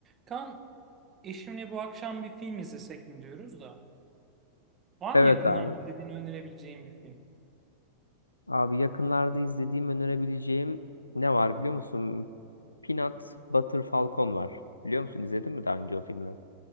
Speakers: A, on the right; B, on the left.
A: Kan, eşimle bu akşam bir film izlesek mi diyoruz da. Var
B: Evet
A: mı yakından
B: abi.
A: izlediğini önerebileceğim bir film?
B: Abi yakınlarda izlediğim önerebileceğim ne var biliyor musun? Peanut Butter Falcon var. Biliyor musun? İzledin mi daha önce o filmi?